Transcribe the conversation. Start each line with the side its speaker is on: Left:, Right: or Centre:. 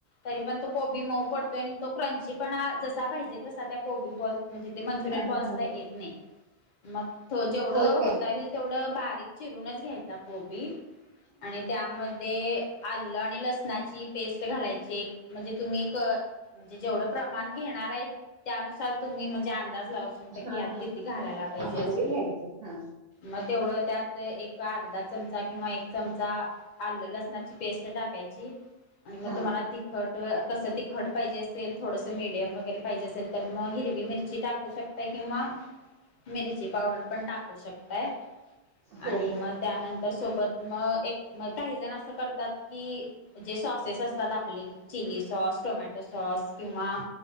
Left: तरी पण तो कोबी मऊ पडतोय आणि तो क्रंची पण जसा पाहिजे तसा त्या कोबी बॉल म्हणजे ते मंचुरियन
Right: हा
Left: बॉल्सला
Right: हा
Left: येत नाही. मग जेवढं
Right: होय काय
Left: होता होईल तेवढं बारीक चिरूनच घ्यायचा कोबी आणि त्यामध्ये आलं आणि लसणाची पेस्ट घालायची एक म्हणजे तुम्ही म्हणजे जेवढं प्रमाण घेण आणनार त्या नुसार तुम्ही अंदाज लाऊ शकताय
Right: हा हा
Left: किती घालायला
Right: हा
Left: पाहिजे
Right: अंदाजे
Left: असे
Right: घ्यायचं हा
Left: मग तेवढ त्यात तर एक अर्धा चमचा किंवा एक चमचा आलं लसणाची पेस्ट टाकायची. आणि मग
Right: हा
Left: तुम्हाला तिखट कसं तिखट पाहिजे असेल थोडंसं मिडियम वगैरे पाहिजे असेल तर मग हिरवी मिरची टाकू शकताय. किंवा. मिरची पावडर पण टाकू शकताय
Right: हो
Left: आणि
Right: हो
Left: मग त्यानंतर सोबत मग एक म काही जण असं करतात की जे सॉसेस असतात आपले चिली सॉस टोमॅटो सॉस किंवा